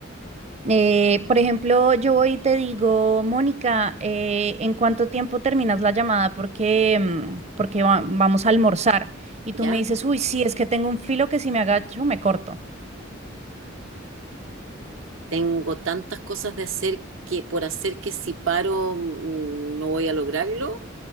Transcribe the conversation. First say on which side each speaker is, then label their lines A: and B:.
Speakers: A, on the right; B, on the right.
A: Eh, por ejemplo, yo voy y te digo, Mónica, eh, ¿en cuánto tiempo terminas la llamada? Porque, mm, porque va- vamos a almorzar. Y
B: ¿ya?
A: tú me dices, uy, sí, es que tengo un filo que si me agacho me corto.
B: Tengo tantas cosas de hacer que por hacer que si paro mm, no voy a lograrlo.